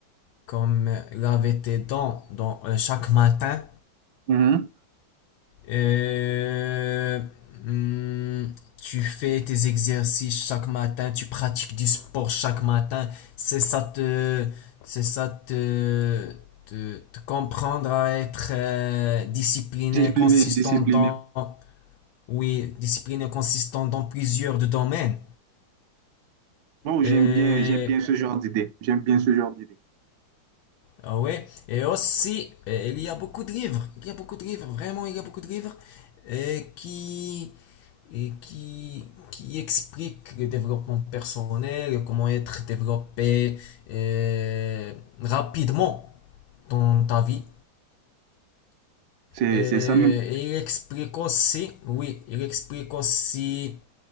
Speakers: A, on the left; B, on the right.
A: comme euh, laver tes dents dans, euh, chaque matin.
B: mhm.
A: Euh, hum, tu fais tes exercices chaque matin, tu pratiques du sport chaque matin. C'est ça te, c'est ça te, te, te comprendre à être euh, discipliné,
B: Discipliné,
A: consistant
B: discipliné.
A: dans, oui, discipliné, consistant dans plusieurs de domaines.
B: Bon, j'aime
A: Euh,
B: bien, j'aime bien ce genre d'idée. J'aime bien ce genre d'idée.
A: Ah ouais, et aussi, euh, il y a beaucoup de livres, il y a beaucoup de livres, vraiment, il y a beaucoup de livres euh, qui, et qui, qui expliquent le développement personnel, comment être développé euh, rapidement dans ta vie.
B: C'est,
A: Euh,
B: c'est ça même.
A: et il explique aussi, oui, il explique aussi